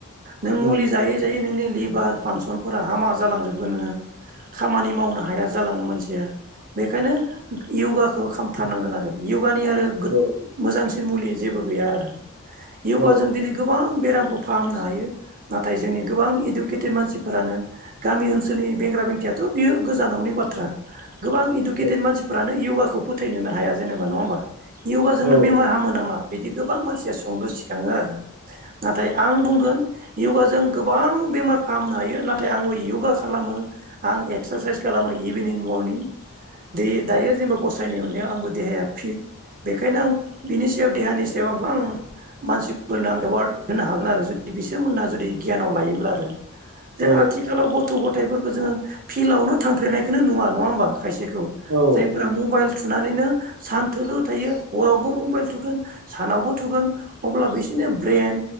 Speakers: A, on the right; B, on the right.
A: नों
B: उम
A: मुलि जायै जायै नोंनि लिबार फानसनफोरा हामा जालांजोबगोन नोंङो। खामानि मावनो हाया जालाङो मानसिया। बेखायनो यगाखौ खामथारनांगोन आरो यगानि आरो गोथ
B: औ
A: मोजांस सिन मुलि जेबो गैया आरो यगा
B: औ
A: जों दिनै गोबां बेराम फाहामनो हायो। नाथाय जोंनि गोबां इडुकेटेड मानसिफोरानो गामि ओनसोलनि बेंग्रा बेंथिया थ' बियो गोजानावनि बाथ्रा। गोबां इडुकेटेड
B: औ
A: मानसिफोरानो यगाखौ फोथायनोनो हाया जेनेबा नङा होमबा। यगाजोंनो
B: औ
A: बेमार हामो नामा? बिदि गोबां मानसिया सोंलु सिखाङो आरो नाथाय आं बुंगोन यगाजों गोबां बेमार फाहामनो हायो। नाथाय आंबो यगा खालामो आं एक्सारसाइस खालामो इभिनिं मरनिं दे दायो जेनेबा गसायनि अननायाव आंबो देहाया फिट। बेखायनो आं बिनि सायाव देहानि सायाव आं गोबां मानसिफोरनो एवार्ड होनो हागोन आरो जुदि बिसोरमोनहा जुदि गियानाव लायोब्ला आरो जों
B: औ
A: आथिखालाव गथ' ग'थाइफोरखो जोंङो फिल्डआवनो थांफेरनायखोनो नुवा नङा होमबा। खायसेखौ
B: औ
A: जायफोरा
B: नंगौ
A: मबाइल थुनानैनो सान थोलो थायो हरावबो मबाइल थुगोन सानावबो थुगोन अब्ला बिसोरनि ब्रेन